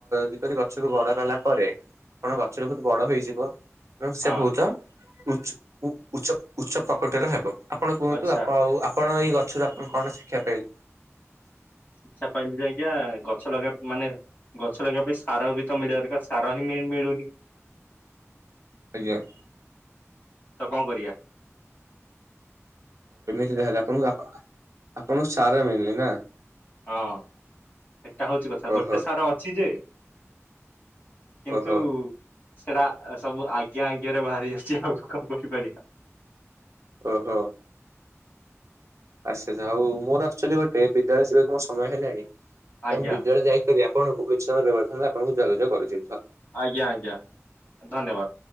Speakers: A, on the right; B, on the left.
A: ଯେପରି ଗଛ କ ବଡ କଲା ପରେ ଆଣ ଗଛଟା ବହୁତ ବଡ ହେଇଯିବ ଏବଂ ସେ
B: ହଁ
A: ବହୁତ ଉଚ୍ଚ ଉଚ୍ଚ ଉଚ୍ଚ ପ୍ରକଟର ହେବ। ଆପଣ କୁହନ୍ତୁ
B: ଆଚ୍ଛା
A: ଆପଣ ଆଉ ଆପଣ ଏଇ ଗଛରୁ ଆପଣ କଣ ଶିକ୍ଷା ପାଇଲେ?
B: ଶିକ୍ଷା ପାଇଲି ଯେ ଆଜ୍ଞା, ଗଛ ଲଗେଇବା ମାନେ ଗଛ ଲଗେଇବା ପାଇଁ ସାର ବି ତ ମିଳିବା ଦରକାର ସାର ହିଁ ମିଳୁନି।
A: ଆଜ୍ଞା।
B: ତ କଣ କରିବା?
A: ଯେ ହେଲା ଆପଣଙ୍କୁ ଆପ ଆ ଆପଣଙ୍କୁ ସାର ମିଳୁନି ନା?
B: ହଁ। ଏଟା ହଉଛି କଥା।
A: ଓହୋ
B: ଗୋଟେ ସାର ଅଛି ଯେ କିନ୍ତୁ
A: ଓହୋ
B: ସେଟା ସବୁ ଆଜ୍ଞା ଆଜ୍ଞା ରେ ବାହାରି ଆସୁଛି ଆଉ କଣ କରିପାରିବା।
A: ଓହୋ ଆଚ୍ଛା ଆଚ୍ଛା ହଉ। ମୋର ଆକ୍ଚୁଆଲି ଗୋଟେ ବିଦ୍ୟାଳୟ ଯିବାକୁ ମୋ ସମୟ ହେଲାଣି, ତ
B: ଆଜ୍ଞା
A: ମୁଁ ବିଦ୍ୟାଳୟ ଯାଇକରି ଆପ ଆପଣଙ୍କୁ କିଛି ସମୟ ବ୍ୟବଧାନରେ ଆପଣଙ୍କୁ ଯୋଗାଯୋଗ କରୁଚି।
B: ଆଜ୍ଞା ଆଜ୍ଞା ଧନ୍ୟବାଦ।